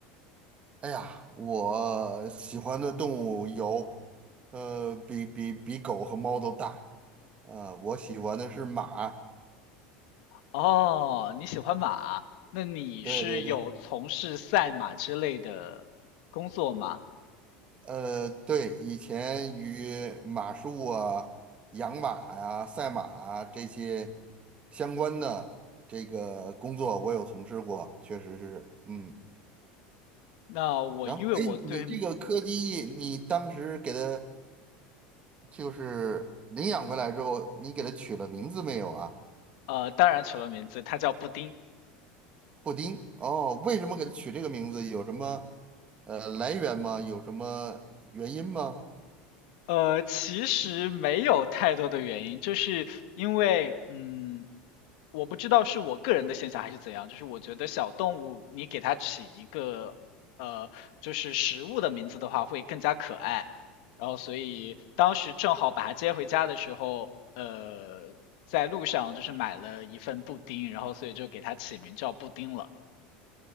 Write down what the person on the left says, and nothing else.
哦，你喜欢马，那你是有从事赛马之类的工作吗？
那我因为我对，
呃，当然取了名字，它叫布丁，
呃，其实没有太多的原因，就是因为，嗯，我不知道是我个人的现象还是怎样，就是我觉得小动物你给它起一个呃，就是食物的名字的话会更加可爱，然后所以当时正好把它接回家的时候，呃，在路上就是买了一份布丁，然后所以就给它起名叫布丁了。